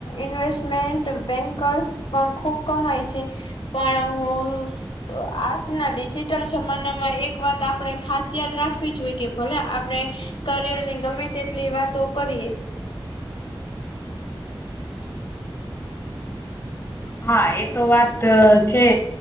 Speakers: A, on the left; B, on the left.
A: ઇન્વેસ્ટમેન્ટ બેંકર્સ પણ ખૂબ કમાય છે. પણ હું આજના ડિજિટલ જમાનામાં એક વાત આપણે ખાસ યાદ રાખવી જોઈએ કે ભલે આપડે કરેલ ની ગમે તેટલી વાતો કરીએ
B: હા એ તો વાત છે.